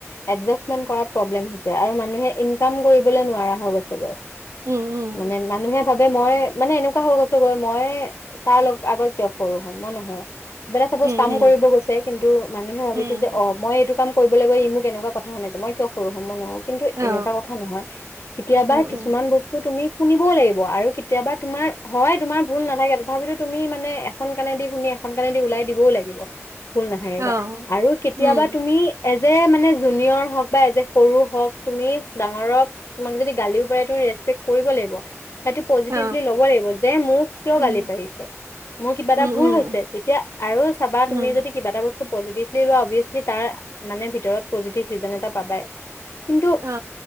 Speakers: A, on the left; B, on the right.
A: এডজাষ্ট মেণ্ট কৰাত প্ৰব্লেম হৈছে আৰু মানুহে ইনকাম কৰি নোৱাৰা হৈ গৈছে গে আৰু
B: উম উম
A: মানে মানুহে ভাবে মই মানে এনেকুৱা হৈ গৈছোঁগে মই তাৰ লগত আগত <inaudible> কৰো হ মই নহয় চ
B: উম
A: কাম
B: উম
A: কৰিব গৈছে কিন্তু মানুহে ভাবিছে
B: উম
A: যে
B: উম
A: অ' মই এইটো কাম কৰিব লাগে ই মোক এনেকুৱা কথা শুনাইছে মই কিয় সৰু হম মই নহও কিন্তু
B: অ
A: এনেকুৱা কথা নহয়। কেতিয়াবা
B: উম
A: কিছুমান
B: উম
A: বস্তুত তুমি শুনিবই লাগিব আৰু কেতিয়াবা তোমাৰ হয় তোমাৰ ভুল নাথাকে তথাপিতো তুমি মানে এখন কণেদি শুনি এখন কণেদি ওলাই দিবও লাগিব। ভুল নাথাকাকে
B: অ
A: আৰু কেতিয়াবা
B: উম
A: তুমি এজ এ মানে জুনিয়ৰ হওক বা এজ এ সৰু হওক তুমি ডাঙৰক তোমাক যদি গালিও পাৰে তুম ৰেচপেক্ট কৰিব লাগিব। সেইটো পজিটিভলি
B: অ
A: ল'ব লাগিব যে মোক কিয়
B: উম
A: গালি পাৰিছে মোৰ কিবা এটা
B: উম
A: ভুল
B: উম
A: হৈছে তেতিয়া আৰু চাবা
B: উম
A: তুমি যদি কিবা এটা বস্তু পজিটিভলি লোৱা অবিছলি তাৰ মানে ভিতৰত পজিটিভলি ৰিজন এটা পাবায়ে। কিন্তু
B: অ